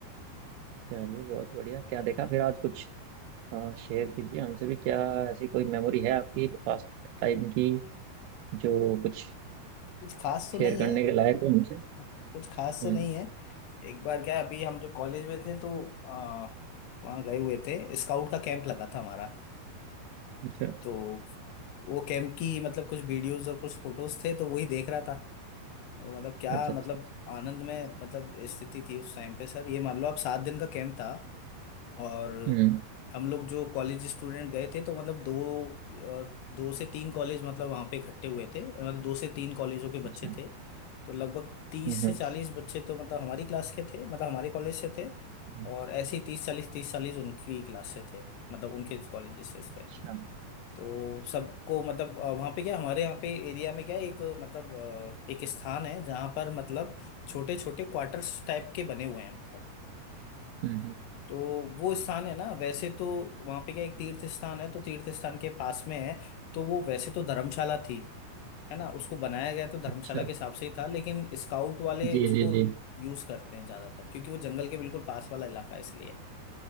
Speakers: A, on the right (about 80°); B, on the left (about 85°).
A: चलिए बहुत बढ़िया क्या देखा फिर आज कुछ शेयर कीजिए हमसे भी क्या ऐसी कोई मेमोरी है आपकी पास टाइम की जो कुछ
B: कुछ खास तो
A: शेयर
B: नहीं
A: करने
B: है
A: के लायक हो हमसे
B: <laughs> कुछ खास तो
A: हम्म
B: नहीं है एक बार क्या है, अभी हम जो कॉलेज में थे तो अ, वहाँ गए हुए थे स्काउट का कैंप लगा था हमारा
A: अच्छा
B: तो वो कैंप की मतलब कुछ वीडियोस और कुछ फोटोज थे तो वही देख रहा था तो मतलब क्या
A: अच्छा
B: मतलब
A: अच्छा अच्छा
B: आनंद में मतलब स्थिति थी उस टाइम पे सर ये मान लो आप सात दिन का कैंप था और
A: हम्म
B: हम लोग जो कॉलेज स्टूडेंट गए थे तो मतलब दो और दो से तीन कॉलेज मतलब वहाँ पे इकट्ठे हुए थे मतलब दो से तीन कॉलेजों के
A: अच्छा
B: बच्चे थे तो लगभग तीस
A: हम्म
B: से
A: हम्म,
B: चालीस बच्चे तो मतलब हमारी क्लास के थे मतलब हमारे कॉलेज से थे
A: हम्म,
B: और ऐसे ही तीस चालीस तीस चालीस उनकी क्लास से थे मतलब उनके कॉलेज से
A: अच्छा
B: थे तो सबको मतलब अ, वहाँ पे क्या हमारे यहाँ पे एरिया में क्या है, एक मतलब अ, एक स्थान है जहाँ पर मतलब छोटे छोटे क्वार्टर्स टाइप के बने हुए हैं मतलब
A: हम्म हम्म,
B: तो वो स्थान है ना वैसे तो वहाँ पे क्या एक तीर्थ स्थान है तो तीर्थ स्थान के पास में है तो वो वैसे तो धर्मशाला थी है ना उसको बनाया गया तो धर्मशाला
A: अच्छा
B: के हिसाब से ही था लेकिन स्काउट वाले
A: जी
B: उसको
A: जी जी
B: यूज करते हैं ज्यादातर क्योंकि वो जंगल के बिल्कुल पास वाला इलाका है इसलिए